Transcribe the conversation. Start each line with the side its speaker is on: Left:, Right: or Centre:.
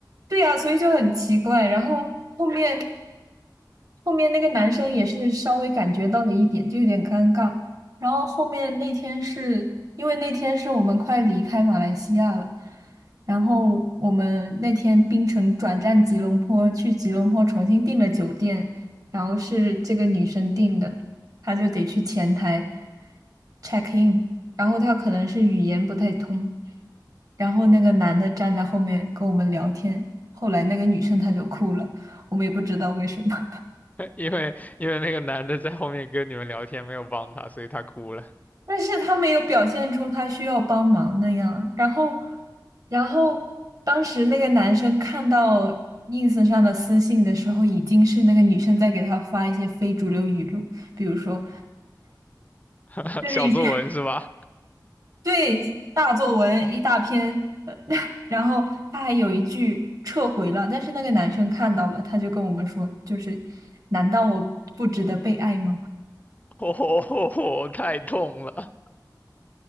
Right: 对呀，所以就很奇怪。然后后面后面那个男生也是稍微感觉到了一点，就有点尴尬。然后后面那天是因为那天是我们快离开马来西亚了，然后我们那天槟城转战吉隆坡，去吉隆坡重新订了酒店，然后是这个女生订的，她就得去前台 check in。然后他可能是语言不太通，然后那个男的站在后面跟我们聊天，后来那个女生她就哭了，我们也不知道为什么，
Left: <laughs> 因为因为那个男的在后面跟你们聊天，没有帮他，所以他哭了。
Right: <laughs> 但是他没有表现出他需要帮忙那样，然后，然后当时那个男生看到 ins 上的私信的时候，已经是那个女生在给他发一些非主流语录，比如说，
Left: <laughs>
Right: 就是已经。
Left: 小作文是吧？
Right: 对，大作文一大篇，呃 <laughs> 然后他还有一句撤回了，但是那个男生看到了，他就跟我们说，就是难道我不值得被爱吗？
Left: <laughs> 哦，太痛了。